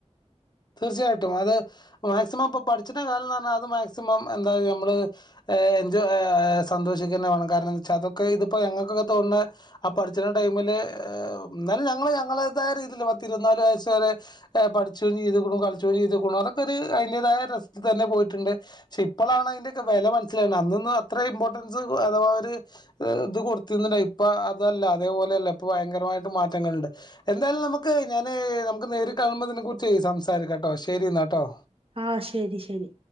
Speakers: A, on the left; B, on the right.
A: തീർച്ചയായിട്ടും അത് മാക്സിമം ഇപ്പ പഠിച്ച് ണ കാലംന്ന് പറഞ്ഞാ അത് മാക്സിമം എന്താ നമ്മള് ഏ എൻജോയ് സന്തോഷിക്കന്നെ വേണം കാരണംന്തച്ചാ അതൊക്കെ ഇതിപ്പോ ഞങ്ങൾക്കൊക്കെ തോന്നണ ആ പഠിച്ചണ ടൈമില് എന്നാലും ഞങ്ങള് ഞങ്ങളേതായ രീതിയിൽ പത്തി ഇരുപത്തിനാല് വയസ് വരെ പഠിച്ചും ചെയ്തു <unintelligible> കളിച്ച്ക്കുണു ചെയ്തുക്കുണു അതൊക്കെ ഒരു അതിന്റേതായ രസത്തി തന്നെ പോയിട്ടുണ്ട് ക്ഷെ ഇപ്പളാണ് അതിന്റെക്കെ വെല മനസ്സിലാവ്ണെ അന്നൊന്നും അത്ര ഇമ്പോർട്ടൻസ് അഥവാ ഒരു ഇത് കൊടുത്തിരുന്നില്ല ഇപ്പൊ അതല്ല അതേപോലെയല്ല ഇപ്പ ഭയങ്കരമായിട്ട് മാറ്റങ്ങളിണ്ട് എന്താലും നമുക്ക് ഞാന് നമുക്ക് നേരിൽ കാണുമ്പോ ഇതിനെക്കറിച്ച് സംസാ സാരിക്കാട്ടോ ശരി എന്നാ കേട്ടോ
B: ആ ശരി ശരി